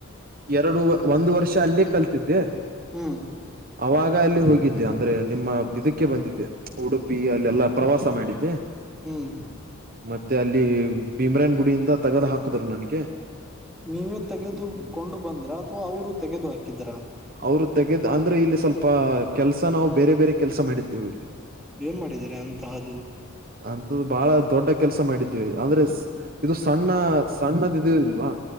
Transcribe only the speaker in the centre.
<unintelligible>
ಹ್ಮ್
ನೀವೇ ತೆಗೆದುಕೊಂಡು ಬಂದ್ರಾ ಅಥವಾ ಅವರು ತೆಗೆದುಹಾಕಿದ್ರಾ.
ಏನ್ ಮಾಡಿದಿರಿ ಅಂತಹದು.